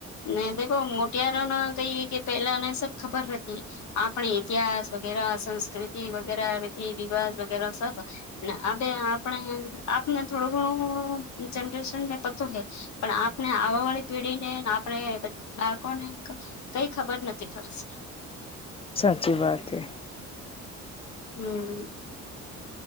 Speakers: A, on the left (about 65°); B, on the left (about 20°).
A: મેં દેખો મો અત્યારો નો કહીએ કે પેલાને સબ ખબર હતી આપણે ઇતિહાસ વગેરા સંસ્કૃતિ વગેરા રીતિ રિવાજ વગેરે સબ ને હવે આપણે આપને થોડું ઘણું જનરેશનને પતો હૈ પણ આપને આવવા વાળી પેઢીને ને આપણે બાળકોને કઈ ખબર નથી પડસે.
B: સાચી વાત હે.
A: હમ